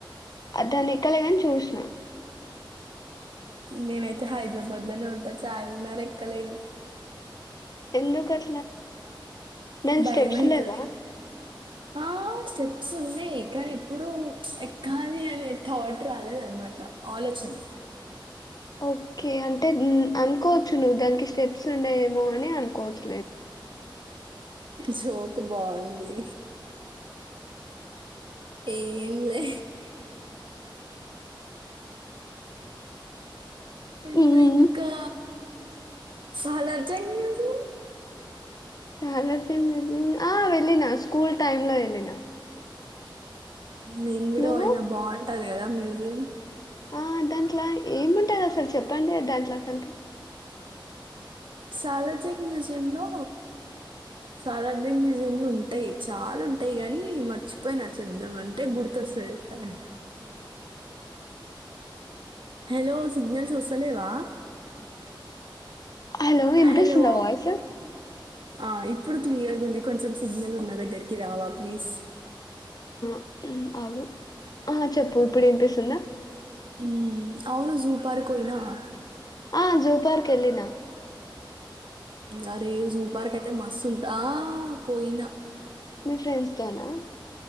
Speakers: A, on the left; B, on the right.
A: అ దాన్ని ఎక్కలేగాని చుశ్నా
B: నేనైతే హైదరాబాద్ లోనే ఉంటా చార్మినార్ ఎక్కలేను
A: ఎందుకు అట్లా దాని
B: భయం
A: స్టెప్స్
B: అయితది
A: లేవా
B: ఆ స్టెప్స్ ఉన్నాయి కానీ ఎప్పుడు ఎక్కాలి అనే థాట్ రాలేదనమాట ఆలోచన
A: ఓకే అంటే అనుకోవచ్చు నువ్వు దానికి స్టెప్స్ ఉండయేమో అని అనుకోవచ్చు
B: జోక్ బావుంది ఏం లే
A: హ్మ్.
B: ఆ ఇంకా సాలార్జంగ్ మ్యూస్
A: సాలార్జంగ్ ముసుయేం ఆ వెళ్ళిన స్కూల్ టైమ్ లో వెళ్ళిన
B: నేన్ కూడ
A: నువ్వు?
B: ఒయినా బాగుంటది కదా మ్యూజియం
A: ఆ దాంట్ల ఏముంటది అసలు చెప్పండి దాంట్లో అసలుకి
B: సాలార్జంగ్ మ్యూజియమ్ లో సాలార్జింగ్ మ్యూజియం లో ఉంటాయి చాలా ఉంటయి గాని మర్చిపోయినా చెప్ధం అంటే గుర్తొస్త స హలో సిగ్నల్స్ వస్తలేవా
A: హలో వినిపిస్తుంద
B: హలో.
A: వయిస్
B: ఆ ఇప్పుడు క్లియర్గా ఉంది కొంచెం సిగ్నల్ ఉన్న దగ్గరికి రావా ప్లీజ్
A: మ్ ఆగు ఆ చెప్పు ఇప్పుడు వినిపిస్తుందా
B: ఉమ్ అవును జూ పార్క్ పోయినవా
A: ఆ జూ పార్క్ వెళ్ళినా
B: అరే జూ పార్క్ అయితే మస్సు ఉంట ఆ పోయినా
A: మీ ఫ్రెండ్స్ తోనా